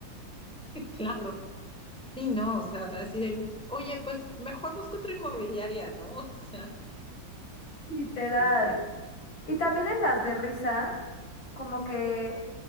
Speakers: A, in the centre; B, on the left.
A: <laughs> claro. Sí, no, o sea, así de, oye, pues mejor busco otra inmobiliaria, ¿no? <laughs> O sea,
B: literal.
A: sí están.
B: Y también en las de risa, como que